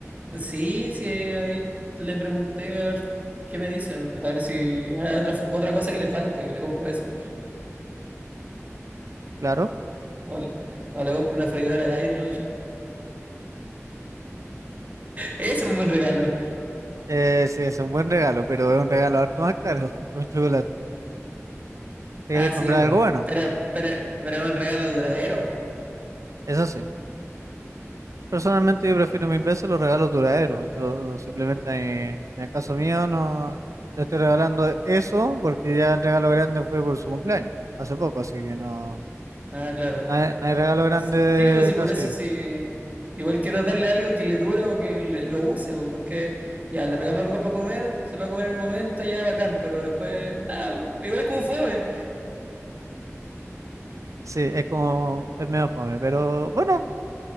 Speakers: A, on the right; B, on the right.
A: Sí, sí, ahí le pregunté a ver qué me dice, a ver si hay otra, otra cosa que le falte y le compro eso.
B: claro.
A: O, l- o le compro una freidora de aire, ¿no? Y yo, Ese <laughs> es un buen regalo.
B: Eh, sí, es un buen regalo, pero es un regalo harto más caro <laughs> que un chocolate. Si
A: Ah,
B: quieres
A: sí,
B: comprar
A: bueno.
B: algo bueno,
A: Pero, pero, pero es un regalo duradero.
B: eso sí. Personalmente yo prefiero mil veces los regalos duraderos. Yo simplemente, eh, en el caso mío, no le estoy regalando eso porque ya el regalo grande fue por su cumpleaños, hace poco, así que no,
A: Ah, claro.
B: no hay, no hay regalo grande
A: Sí, sí, o sí, por
B: tan seguido.
A: eso sí. Igual quiero darle algo que le dure o que le- lo use, po, porque ya le regalo algo para comer, se lo va a comer en el momento, ya bacán, pero después, nada, igual es como fue
B: Sí, es como, es medio fome, pero bueno,